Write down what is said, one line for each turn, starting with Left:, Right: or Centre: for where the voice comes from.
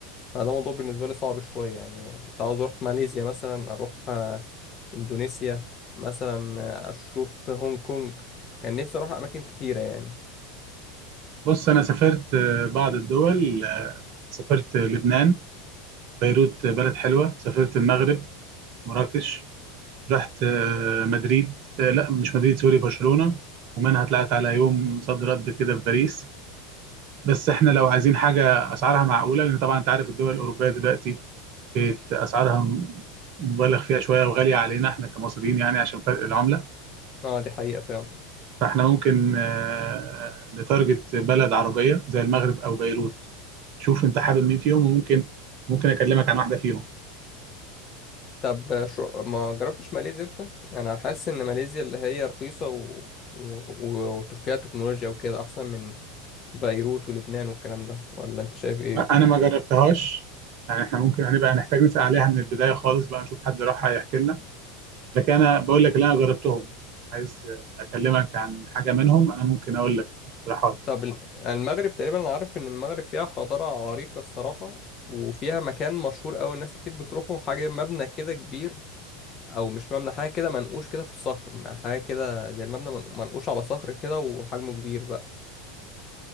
Left: فده موضوع بالنسبه لي صعب شويه يعني كنت عاوز اروح ماليزيا مثلا اروح آه، اندونيسيا مثلا آه، اشوف هونج كونج كان نفسي اروح اماكن كتيره يعني
Right: بص أنا سافرت آه، بعض الدول آه، سافرت لبنان بيروت آه، بلد حلوة سافرت المغرب مراكش رحت آه، مدريد آه، لا مش مدريد سوري برشلونة ومنها طلعت على يوم صد رد كده في باريس بس احنا لو عايزين حاجة أسعارها معقولة لأن طبعا أنت عارف الدول الأوروبية دلوقتي بقت أسعارها م- مبالغ فيها شوية وغالية علينا احنا كمصريين يعني عشان فرق العملة
Left: اه دي حقيقه فعلا
Right: فاحنا ممكن آه، نتارجت بلد عربية زي المغرب أو بيروت شوف انت حابب مين فيهم وممكن ممكن اكلمك عن واحده فيهم
Left: طب شو ما جربتش ماليزيا انت انا حاسس ان ماليزيا اللي هي رخيصه و... و... وفيها تكنولوجيا وكده احسن من بيروت ولبنان والكلام ده ولا انت شايف ايه
Right: ما- انا ما جربتهاش يعني احنا ممكن هنبقى نحتاج نسال عليها من البدايه خالص بقى نشوف حد راح هيحكي لنا لكن انا بقول لك اللي انا جربتهم عايز اكلمك عن حاجه منهم انا ممكن اقول لك اقتراحات
Left: طب ال- يعني المغرب تقريبا انا عارف ان المغرب فيها حضاره عريقه الصراحه وفيها مكان مشهور قوي الناس كتير بتروحوا حاجه مبنى كده كبير او مش مبنى حاجه كده منقوش كده في الصخر حاجه كده زي المبنى من- منقوش على صخر كده وحجمه كبير بقى